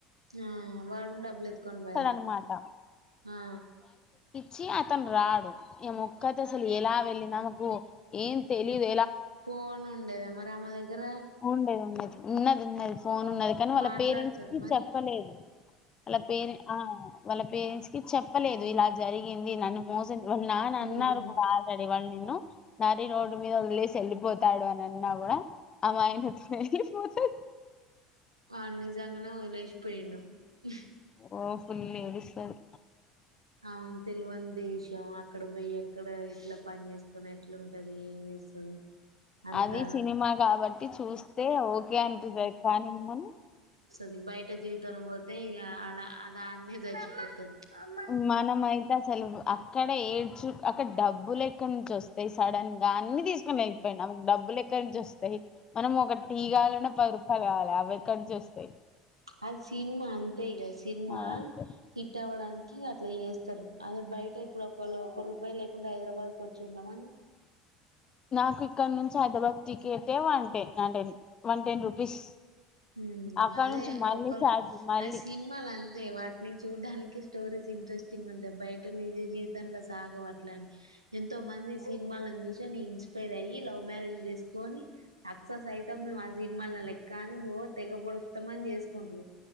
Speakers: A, on the right; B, on the left.
A: ఆ వాడు డబ్బులు ఎతుకని బాయే
B: అనమాట
A: ఆ
B: చి అతను రాడు ఏ ముక్కత్ అసలు ఎలా వెళ్ళ నమకు ఏన్ తెలిదు
A: ఫోన్ ఉండేదా మరి ఆమ దగ్గర
B: ఉండేది ఉన్నది ఉన్నది ఉన్నది ఫోన్ ఉన్నది కానీ వాళ్ళ
A: మాట్లాడుతదా
B: పేరెంట్స్ కి
A: మరి
B: చెప్పలేదు వాళ్ళ పేర ఆ వాళ్ళ పేరెంట్స్ కి చెప్పలేదు ఇలా జరిగింది నన్ను మోసం వాళ్ నాన్న
A: ఉమ్
B: అన్నారు కూడా ఆల్డ్రేడి వాళ్ళు నిను నరి రోడ్డు మీద వదిలేసి వెళ్ళిపోతాడు అని అన్నా కూడా ఆమే ఆయనతో వెళ్ళిపోతాది
A: ఆ నిజంగనే ఒదిలేసి పోయిడు <unintelligible>
B: ఓ ఫుల్ ఏడుస్తాది
A: అవును తేల్వని దేశం అక్కడ పోయి ఎక్కడ ఇట్లా పని చేసుకునీ ఏట్లుటది ఏం చేస్తది అంతా
B: అది సినిమా కాబట్టి చూస్తే ఓకే అంటుంది కాని మానం
A: ది బయట జీవితరం పోతే ఇగా అడా ఆ అ అడ్నే చచ్చిపోతది అమ్మ
B: మానమైతే అసలు అక్కడ ఏడ్చు అక్కడ డబ్బులు ఎక్కడి నుంచి వస్తాయి సడన్ గా అన్ని తీసుకొని వెళ్ళిపోయిడు అమే కి డబ్బులు ఎక్కడి నుంచి వస్తాయి మనం ఒక టీ గావల్లన పది రూపాయలు కావాల ఎకడి నుంచి యిస్తే
A: అ సినిమా అంత ఇగ సినిమా
B: అదంతే
A: హిట్ అవడాకి అట్లా చేస్తారు అది బయట ఇప్పుడు ఒకవేళ ఒక రూపాయి లేకుండా హైదరాబాద్కు వచ్చి ఉండమను
B: నాకు ఇక్కడ నుంచి హైదరాబాద్ టికెటే one ten ten one ten rupees
A: హమ్
B: అక్కడ
A: అదే
B: నుంచి మళ్ళీ
A: ఒకరు
B: ఛార్జ్ మళ్ళీ
A: అది సినిమాలు అంతే వాటిని చూడ్డానికి స్టోరీస్ ఇంట్రెస్టింగ్ ఉంటాయి బయట నిజ జీవితంలో సాగవు అట్ల ఎంతో మంది సినిమాలను చూసిని ఇన్స్పైర్ అయ్యి లవ్ మ్యారేజ్లు చేసుకొని సక్సెస్ అయితం మేము ఆ సినిమాల లైక్ ఓ తెగ పాడుతాం అని చేసుకుంట్రు